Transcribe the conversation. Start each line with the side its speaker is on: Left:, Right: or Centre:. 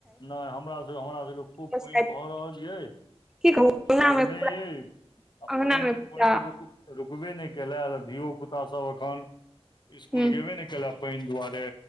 Left: नहि हमरा सभके हमरा सभके खूब
Centre: छथि
Left: पानि भऽ रहल ये
Centre: की कहू
Left: आ
Centre: अङ्गना
Left: लदने
Centre: मे पूरा
Left: यो आ
Centre: अङ्गना
Left: पान
Centre: मे पूरा
Left: पानि रुक रुकबे नहि केले धियो पुता सभ अखन स्कूल
Centre: हूँ
Left: गेबे ने केल। पान दुआरे।